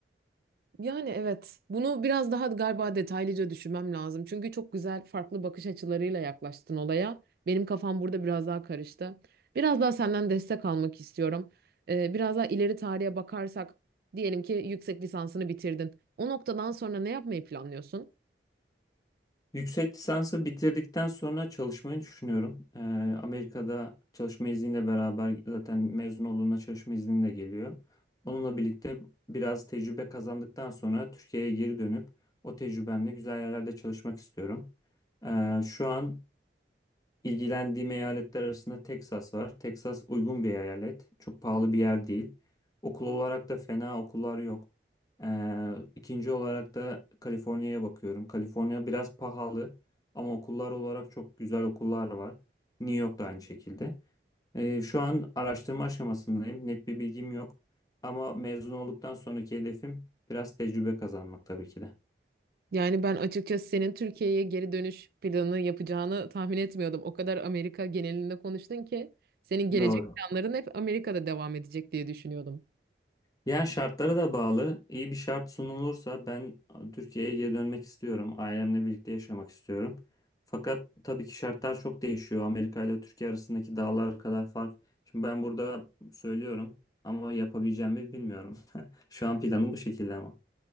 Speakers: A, on the right; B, on the left.
A: Yani evet. Bunu biraz daha galiba detaylıca düşünmem lazım. Çünkü çok güzel farklı bakış açılarıyla yaklaştın olaya. Benim kafam burada biraz daha karıştı. Biraz daha senden destek almak istiyorum. Ee, biraz daha ileri tarihe bakarsak diyelim ki yüksek lisansını bitirdin. O noktadan sonra ne yapmayı planlıyorsun?
B: Yüksek lisansı bitirdikten sonra çalışmayı düşünüyorum. Ee, Amerika'da çalışma izniyle beraber zaten mezun olduğunda çalışma izni de geliyor. Onunla birlikte biraz tecrübe kazandıktan sonra Türkiye'ye geri dönüp o tecrübemle güzel yerlerde çalışmak istiyorum. Ee, şu an İlgilendiğim eyaletler arasında Texas var. Texas uygun bir eyalet. Çok pahalı bir yer değil. Okul olarak da fena okullar yok. Ee, ikinci olarak da Kaliforniya'ya bakıyorum. Kaliforniya biraz pahalı ama okullar olarak çok güzel okullar var. New York da aynı şekilde. Ee, şu an araştırma aşamasındayım. Net bir bilgim yok. Ama mezun olduktan sonraki hedefim biraz tecrübe kazanmak tabii ki de.
A: Yani ben açıkçası senin Türkiye'ye geri dönüş planı yapacağını tahmin etmiyordum. O kadar Amerika genelinde konuştun ki senin gelecek
B: Doğru.
A: planların hep Amerika'da devam edecek diye düşünüyordum.
B: Yani şartlara da bağlı. İyi bir şart sunulursa ben Türkiye'ye geri dönmek istiyorum. Ailemle birlikte yaşamak istiyorum. Fakat tabii ki şartlar çok değişiyor. Amerika ile Türkiye arasındaki dağlar kadar fark. Şimdi ben burada söylüyorum ama yapabileceğimi bilmiyorum. <laughs> Şu an planım bu şekilde ama.